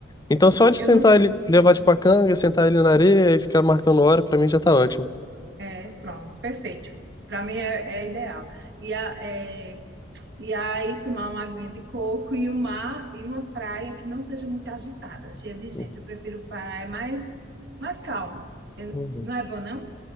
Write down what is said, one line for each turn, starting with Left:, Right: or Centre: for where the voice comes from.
Left: Então, só de
Right: Eu
Left: sentar
Right: não, s-
Left: ele, levar, tipo, a canga, sentar ele na areia e ficar marcando hora, pra mim já tá ótimo.
Right: é, pronto, perfeito. Para mim é, é ideal. E, a, é, e aí tomar uma aguinha de coco e o mar e uma praia que não seja muito agitada, cheia de gente.
Left: Uhum,
Right: Eu prefiro praia mais mais calma. Eu-
Left: uhum.
Right: não é bom, não?